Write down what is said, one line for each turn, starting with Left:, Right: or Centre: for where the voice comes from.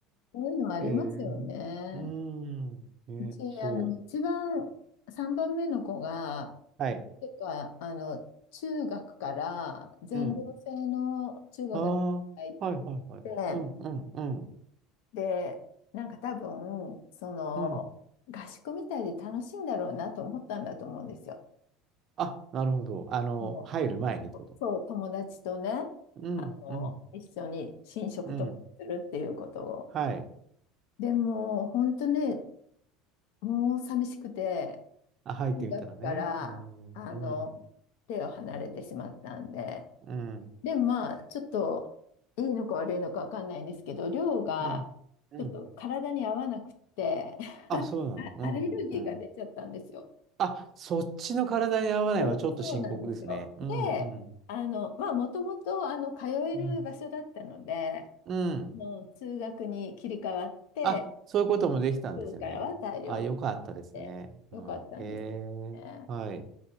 Left: そういうのありますよね。
Right: えー、うーん、ね、
Left: うち、
Right: そ
Left: あの、一番、3番目の子が、
Right: う。はい。
Left: てか、あの、中学から全寮制の中学に入ってて、
Right: うん。ああ、はいはいはい。うん、うん、うん、
Left: で、なんか多分、その、
Right: うん。
Left: 合宿みたいで楽しいんだろうなと思ったんだと思うんですよ。
Right: あ、なるほど。あの、
Left: うん
Right: 入る前にってこと。
Left: そう、友達とね、
Right: うん、
Left: あの、
Right: うん、
Left: 一緒に寝食とかするっていうことを。
Right: うん。はい。
Left: でも、本当ね、もう寂しくて、
Right: あ、入ってみたらね。
Left: 中学から、
Right: うん、
Left: あの、
Right: うん、
Left: 手を離れてしまったんで、
Right: うん、
Left: でもまあ、ちょっといいのか悪いのかわかんないんですけど、量が
Right: うん、うん。
Left: ちょっと体に合わなくって、
Right: あ、そうなの。
Left: あ、
Right: うん、
Left: アレルギーが出ちゃったんですよ。
Right: うん、うん。あ、そっちの体に合わないはちょっと深刻ですね。
Left: そう、そうなんですよ。
Right: うん、
Left: で、
Right: うん、
Left: あの、まあ、もともとあの通える場所だったので、
Right: うん、うん。
Left: あの通学に切り替わって、
Right: あ、そういうこともできたんですね。
Left: 今日からは大量し
Right: あ、よかったですね。
Left: てよかったんですけどね。
Right: うん。へえ、はい。い